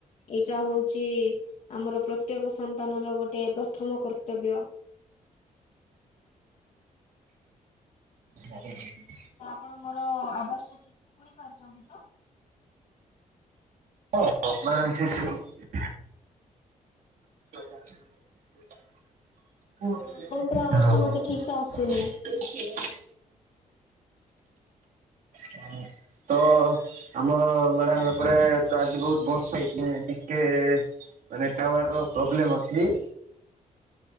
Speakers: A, on the left; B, on the right.
A: ଏଇଟା ହଉଛି ଆମର ପ୍ରତ୍ୟେକ ସନ୍ତାନ ର ଗୋଟେ ପ୍ରଥମ କର୍ତ୍ତବ୍ୟ।
B: ମରିଯିବି।
A: ତ ଆପଣ ମୋର ଆବାଜଟା ଠିକସେ ଶୁଣି ପାରୁଛନ୍ତି ତ।
B: ହଁ ହଁ ମ୍ୟାଡ଼ାମ ଠିକସେ ଶୁଭୁଚି। hello.
A: Sir
B: <inaudible>
A: ଆପଣଙ୍କର ଆବାଜ ଟା ମତେ ଠିକ ସେ ଆସୁନି।
B: ହ ତ ଆମର ମ୍ୟାଡାାମ ଏପଟେ ତ ଆଜି ବହୁତ ବର୍ଷା ହେଇଛି ଟିକେ ନେଟୱାର୍କ
A: ଆଚ୍ଛା
B: ର ପ୍ରୋବ୍ଲେମ ଅଛି।